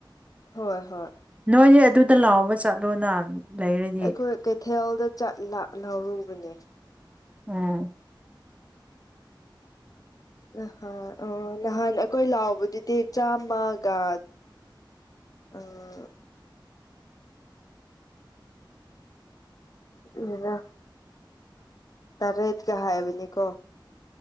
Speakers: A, on the left; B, on the right.
A: ꯍꯣꯏ ꯍꯣꯏ
B: ꯅꯣꯏꯅꯤ ꯑꯗꯨꯗ ꯂꯥꯎꯕ ꯆꯠꯂꯣꯅ ꯂꯩꯔꯗꯤ
A: ꯑꯩꯈꯣꯏ ꯀꯩꯊꯦꯜꯗ ꯆꯠ ꯂ ꯂꯧꯔꯨꯕꯅꯦ
B: ꯎꯝ
A: ꯅꯍꯥꯟ ꯑ ꯅꯍꯥꯟ ꯑꯩꯈꯣꯏ ꯂꯥꯎꯕꯗꯨꯗꯤ ꯆꯥꯝꯃꯒ ꯑꯥ <unintelligible> ꯇꯔꯦꯠ ꯀ ꯍꯥꯏꯕꯅꯤ ꯀꯣ